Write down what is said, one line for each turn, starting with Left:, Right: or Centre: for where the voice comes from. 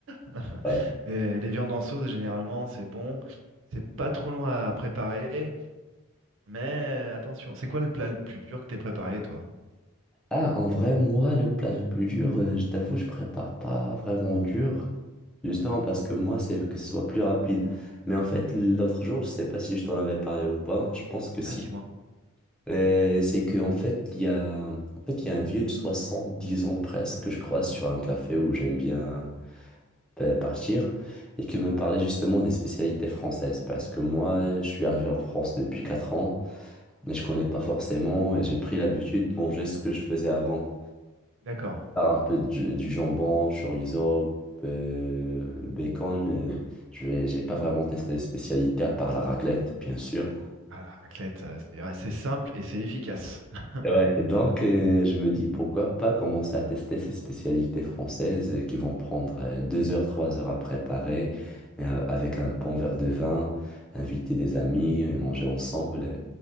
Right: <laughs>
Centre: Ouais.
Right: Mais les viandes en sauce, généralement, c'est bon. C'est pas trop long à préparer. Mais euh, attention, c'est quoi le plat le plus dur que t'aies préparé, toi?
Centre: Ah, en vrai, moi, le plat le plus dur, euh, je t'avoue, je prépare pas vraiment dur. Justement parce que moi, c'est que ce soit plus rapide. Mais en fait, l'autre jour, je sais pas si je t'en avais parlé ou pas. Je pense que si.
Right: Ah, dis-moi.
Centre: Euh, c'est que en fait, il y a, en fait, il y a un vieux de 70 ans presque que je croise sur un café où j'aime bien euh, partir et qui me parlait justement des spécialités françaises. Parce que moi, je suis arrivé en France depuis 4 ans et je connais pas forcément et j'ai pris l'habitude de manger ce que je faisais avant
Right: D'accord.
Centre: par un peu du, du jambon, chorizo, euh, bacon. euh, je vais, j'ai pas vraiment testé les spécialités à part la raclette, bien sûr.
Right: Ah, la raclette, ça, c'est ouais, c'est simple et c'est efficace. <laughs>
Centre: Ouais, et donc euh, je me dis pourquoi pas commencer à tester ces spécialités françaises euh, qui vont prendre euh, deux heures, trois heures à préparer, mais euh, avec un bon verre de vin, inviter des amis, euh, manger ensemble, euh,